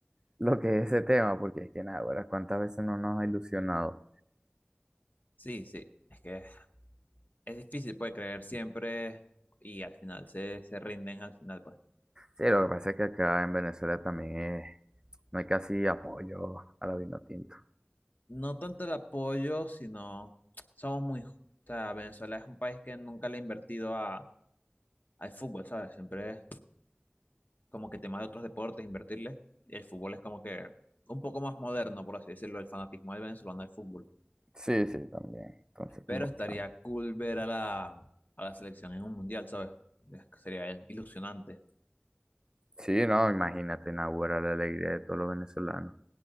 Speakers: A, on the right (about 20°); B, on the left (about 45°).
A: lo que es ese tema, porque es que nada, ahora cuántas veces no nos ha ilusionado.
B: Sí, sí, es que es difícil, pues, creer siempre y al final se, se rinden, al final, pues.
A: Sí, lo que pasa es que acá en Venezuela también es- no hay casi apoyo a la vino tinto.
B: No tanto el apoyo, sino somos muy... ju- O sea, Venezuela es un país que nunca le ha invertido a, al fútbol, ¿sabes? Siempre es como que temas de otros deportes, invertirle. Y el fútbol es como que un poco más moderno, por así decirlo, el fanatismo del venezolano al fútbol.
A: Sí, sí, también. Entonces,
B: Pero
A: como
B: estaría
A: que, no.
B: cool ver a la, a la selección en un mundial, ¿sabes? Es que Sería ilusionante.
A: Sí, no, imagínate, Nahuara, la alegría de todos los venezolanos.